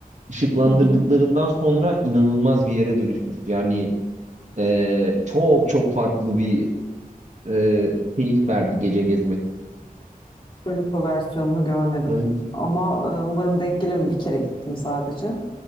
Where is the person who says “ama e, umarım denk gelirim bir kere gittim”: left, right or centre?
Left